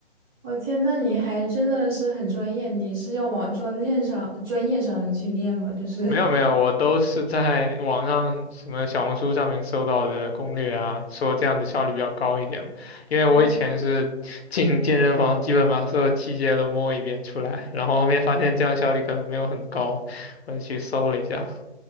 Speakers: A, on the right (about 20°); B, on the left (about 65°).
A: 我天，那你还真的是很专业，你是要往专练上、专业上去练吗？就是
B: 没有没有，我都是在网上什么小红书上面搜到的攻略啊，说这样子效率比较高一点嘛因为我以前是
A: <laughs>，哦，
B: <laughs> 进健身房，基本把所有器械都摸一遍出来，然后后面发现这样效率可能没有很高，我就去搜了一下。